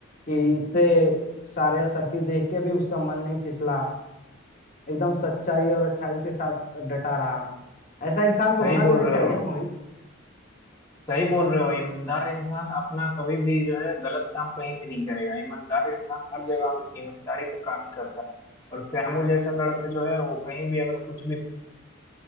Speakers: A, on the left; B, on the left.
A: कि इतने सारे असरफी देख के भी उसका मन नहीं फिसला एकदम सच्चाई और अच्छाई के साथ डटा रहा ऐसा इंसान को
B: सही
A: होना
B: बोल
A: भी नहीं
B: रहे
A: चाहिए
B: हो
A: मोहित
B: सही बोल रहे हो ईमानदार इंसान अपना कभी भी जो है गलत काम कहीं भी नहीं करेगा ईमानदार इंसान हर जगह ईमानदारी का काम ही करता है और श्यामू जैसा लड़का जो है वो कहीं भी अगर कुछ भी